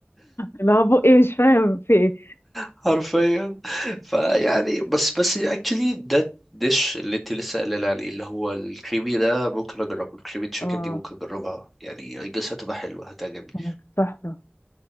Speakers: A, on the left; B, in the centre.
A: اللي هو بقي مش فاهم في ايه
B: حرفيا فيعني بس بس اكشلي ده ديش اللي انت لسه قايله عليه اللي هو الكريمي ده ممكن اجربه الكريمي تشيكن
A: اه
B: دي ممكن اجربها يعني I guess هتبقى حلوه هتعجبني
A: كانت تحفة